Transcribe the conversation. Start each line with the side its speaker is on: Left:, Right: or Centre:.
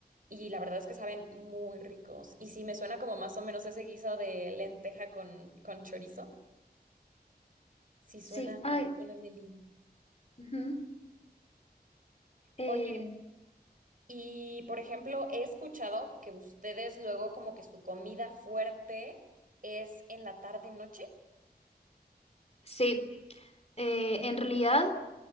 Right: Y la verdad es que saben muy ricos. Y sí, me suena como más o menos ese guiso de lenteja con, con chorizo. Sí, suena
Left: Sí, ay.
Right: buena deli.
Left: ujú. Eh,
Right: Oye, y por ejemplo, he escuchado que ustedes luego como que su comida fuerte es en la tarde-noche.
Left: sí, eh, en realidad.